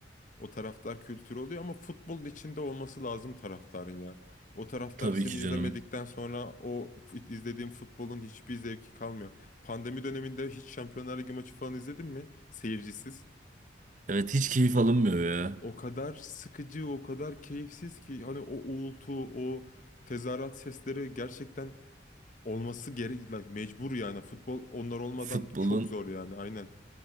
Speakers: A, on the left; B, on the right.
A: O taraftar kültürü oluyor ama futbolun içinde olması lazım taraftarın ya. O taraftar
B: tabii
A: seni
B: ki
A: izlemedikten
B: canım.
A: sonra o fut- izlediğin futbolun hiçbir zevki kalmıyor. Pandemi döneminde hiç Şampiyonlar Ligi maçı falan izledin mi? Seyircisiz.
B: Evet hiç keyif alınmıyor ya.
A: O kadar sıkıcı, o kadar keyifsiz ki hani o uğultu, o tezahürat sesleri gerçekten olması gerek, la- mecbur yani. Futbol onlar olmadan
B: Futbolun
A: çok zor yani aynen.